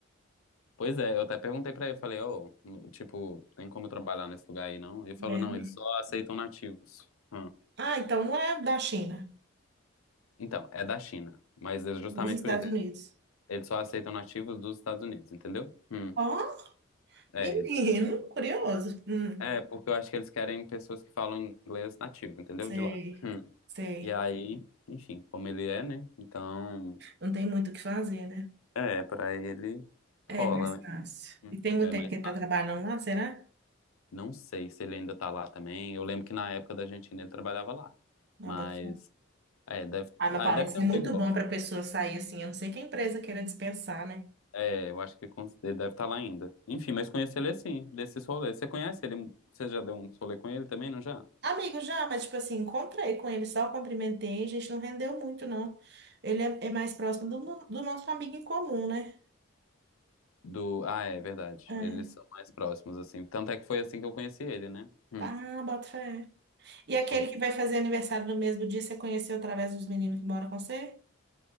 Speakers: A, on the left; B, on the right.
A: Pois é, eu até perguntei pra ele, falei, ô, tipo, tem como trabalhar nesse lugar aí, não? Ele falou,
B: Mulher
A: não,
B: mesmo.
A: eles só aceitam nativos. Hum.
B: Ah, então não é da China,
A: Então, é da China, mas é justamente
B: dos Estados
A: por isso,
B: Unidos.
A: eles só aceitam nativos dos Estados Unidos, entendeu? Hum.
B: Ó,
A: É,
B: menino, curioso. Hum,
A: é, porque eu acho que eles querem pessoas que falam inglês nativo, entendeu?
B: sei,
A: De lá. Hum.
B: sei.
A: E aí, enfim, como ele é, né? Então,
B: Não tem muito o que fazer, né?
A: é, pra ele rola,
B: É mais fácil.
A: né? Hum.
B: E tem muito
A: É
B: tempo
A: mais
B: que ele
A: fácil.
B: tá trabalhando lá, será?
A: Não sei se ele ainda tá lá também. Eu lembro que na época da Argentina ele trabalhava lá.
B: Não,
A: Mas
B: bota fé.
A: É, deve,
B: Ah, mas
A: ah,
B: parece
A: deve ter
B: ser
A: um emprego
B: muito
A: bom.
B: bom para pessoa sair assim. Eu não sei que a empresa queira dispensar, né?
A: É, eu acho que cons- ele deve estar lá ainda. Enfim, mas conheci ele assim, desses rolês. Você conhece ele? Você já deu um rolê com ele também, não já?
B: Amigo já, mas tipo assim, encontrei com ele, só cumprimentei, a gente não rendeu muito, não. Ele é, é mais próximo do, do nosso amigo em comum, né?
A: Do, ah, é verdade.
B: É.
A: Eles são mais próximos, assim. Tanto é que foi assim que eu conheci ele, né? Hum,
B: Tá, bota fé. E aquele
A: foi.
B: que vai fazer aniversário no mesmo dia, você conheceu através dos meninos que moram com você?